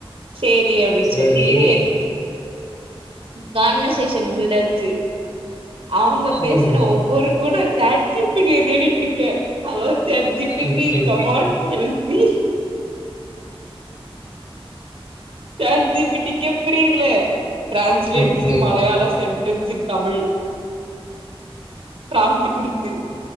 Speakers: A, on the right; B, on the left.
A: செரி அப்டின்னு
B: சேரி
A: சொல்லிட்டு கானவர்சேஷன் பில்ட் ஆச்சு அவுங்க பேசுற
B: ம்
A: ஒவ்வொரு கூட சாட் ஜி பி டி ய தேடிட்டு இருக்க hello chat G P
B: hmm
A: T
B: hmm
A: come on help me chat G P டிக்கே புரியுல translate
B: hmm
A: this
B: hmm
A: Malayalam sentence in Tamil draft குடுத்து